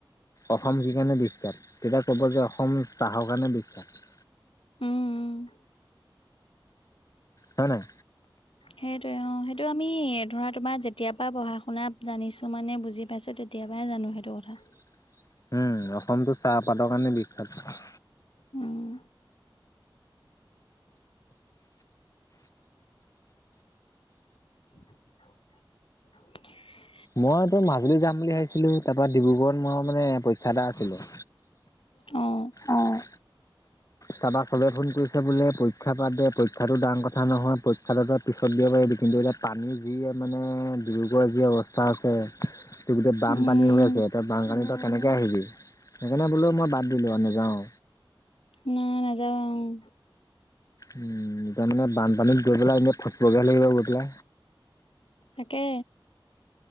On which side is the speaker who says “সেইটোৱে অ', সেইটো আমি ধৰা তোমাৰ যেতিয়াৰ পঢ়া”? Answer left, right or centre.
Left